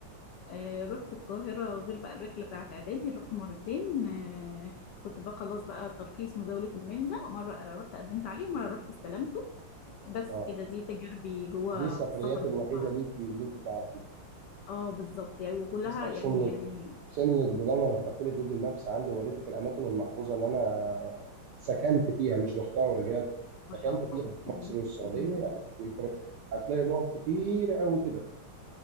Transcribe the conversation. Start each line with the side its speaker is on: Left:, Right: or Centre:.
Left: آه، رحت القاهرة غير بقى الرحلة بتاعت إعدادي رحت مرتين آه، كنت بقى خلاص بقى ترخيص مزاولة المهنة مرة آه، رحت قدمت عليه ومرة رحت استلمته بس
Right: اه
Left: كده دي تجاربي جوه
Right: دي السفريات
Left: في السفر جوه
Right: الوحيده ليكي اللي انت تعرفيها
Left: اه بالظبط يعني وكلها
Right: استقسم
Left: يعني
Right: لك
Left: يعني
Right: شامل جبال انا لو فتحت لك جوجل مابس عندي ووريتك الاماكن المحفوظه اللي انا سكنت فيها مش رحتها ورجعت
Left: ما
Right: سكنت
Left: شاء الله
Right: فيها في
Left: مم.
Right: مصر والسعوديه
Left: مم.
Right: يعني <laughs> هتلاقي نقط كتير قوي كده